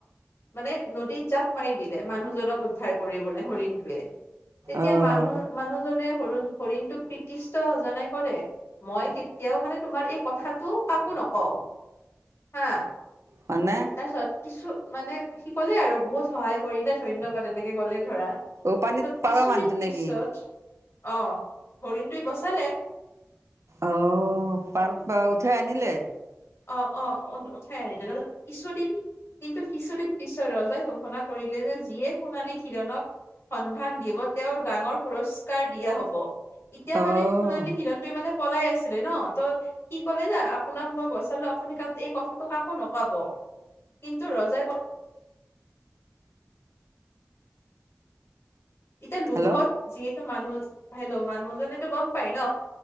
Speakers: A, on the left (about 55°); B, on the right (about 65°).
A: মানে নদীত জাপ মাৰি দিলে মানুহজনক উদ্ধাৰ কৰিবলৈ হৰিণটোৱে। তেতিয়া
B: অ',
A: মানুহ মানুহজনে হৰিণ হৰিণটোক কৃত্তিস্তো জনাই কৰে, মই কেতিয়াও মানে তোমাৰ এই কথাটো কাকো ন হ'ব, হাঁ।
B: মানে
A: তাৰ পিছত কিছু মানে সি কলে আৰু বহুত সহায় কৰিলে ধন্যবাদ এনেকে ক'লে। ধৰা
B: অ, পানীত পাৰ
A: কিছুদিন
B: মানুহটো
A: পিছত
B: নেকি?
A: অ' হৰিণটোৱে বচালে।
B: অ', পাৰত পাই উঠাই আনিলে।
A: তাৰপিছত অ', অ', উঠাই আনিলে কিছুদিন কিন্তু কিছুদিন পিছত ৰজাই ঘোষণা কৰিলে যে যিয়ে সোণালী হিৰণক সন্ধান দিব তেওঁক ডাঙৰ পুৰস্কাৰ দিয়া হ'ব। এতিয়া
B: অ',
A: মানে সোণালী হিৰণটে মানে পলাই আছিলে ন ত কি। ক'লে না আপোনাক মই বৈচালো আপুনি কাৰণ এই কথাটো কাকো নকাব। কিন্তু ৰজাই ক এতিয়া লোভত
B: হেল্ল'
A: যিহেতু মানুহ হেল্ল' মানুহজনেতো গ'ম পাই ন।